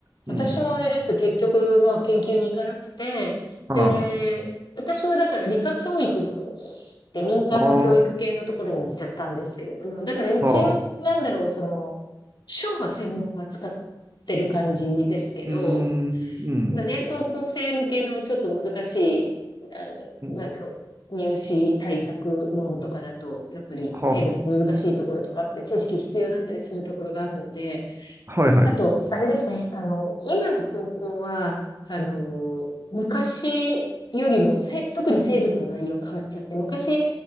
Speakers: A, on the right; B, on the left.
A: うん。
B: 私もあれです。結局、まあ、研究に行かなくて、
A: ああ、
B: で、私はだから理科教育の方に行って民間の教育系のところに行っちゃったんですけれども、
A: あ
B: だから一応、
A: あ、はあ、う
B: なんだろう、その、書は専門は使ってる感じですけど、
A: ーん、うん、
B: がね、高校生向けのちょっと難しい、あ
A: うん、
B: の、なんだろう、入試対策ものとかだと、やっぱり生物難しいところとかあって知識必要だったりするところがあるので、
A: はあ、はい、はい、
B: あと、あれですね、あの、今の高校は、あの、昔よりもせ、特に生物の内容変わっちゃって、昔、